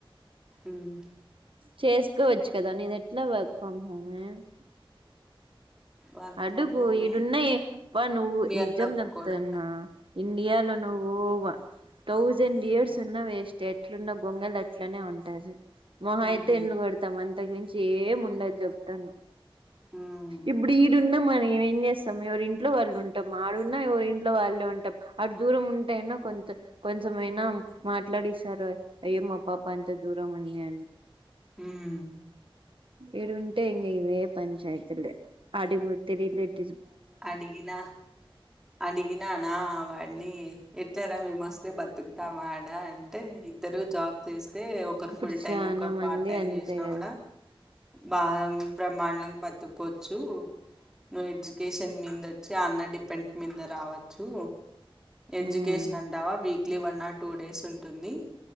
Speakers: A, in the centre; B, on the right.
A: ఉమ్
B: చేసుకోవచ్చు కదా నను ఎట్లా వర్క్ ఫ్రమ్ హోమ్
A: వర్క్
B: అడు
A: ఫ్రమ్
B: పో
A: హోమే
B: ఇడున్నాయి పా నువ్వు
A: మీ
B: నిజం
A: అన్న ఒప్పుకోడు
B: నప్తాన్నా ఇండియాలో నువ్వు థౌజండ్ ఇయర్స్ ఉన్న వేస్ట్ ఎట్లున్న గొంగలు అట్లనే ఉంటారు మొహ
A: ఉమ్
B: అయితే ఎంలుగడతామంత అంతగ్ మించీ ఏం ఉండద్ చెప్తానా.
A: ఉమ్
B: ఇప్ ఉండమనీ మేం ఏం చేస్తాం. ఎవరింట్లో వాళ్ళు ఉంటం. ఆడున్నా ఎవరి ఇంట్లో వాళ్ళే ఉంటం. అడ్ దూరం ఉంటే అన్నా కొంత కొంచెమైనా మాట్లాడిస్తారు. అయ్యో మా పాప అంత దూరం అనీయే. అ
A: ఉమ్
B: ఈడుంటే ఇంగ ఇవే పంచాయితులు. ఆడిగ్పోతే రిలేట్
A: అడిగినా అడిగినానా వాడినీ ఇద్దరం మేము మస్తు బతుకుతాం ఆడా అంటే. ఇద్దరూ జాబ్ చేస్తే ఒకరు
B: ఇప్పుడు
A: ఫుల్ టైం,
B: చానా
A: ఒకరు
B: మంది
A: పార్ట్ టైం
B: అంతే
A: చేశినా
B: కదా
A: గూడా బాధం బ్రహ్మ్మాండంగ్ బతుక్కోవచ్చూ నువు ఎడ్జ్ చన్ మీ <unintelligible> వచ్చి ఆ అన్న డిపెంట్ మీద రావచ్చు. తూ ఎడ్యుకేషన్
B: ఉమ్
A: అంటావా weekly one or two days ఉంటుంది.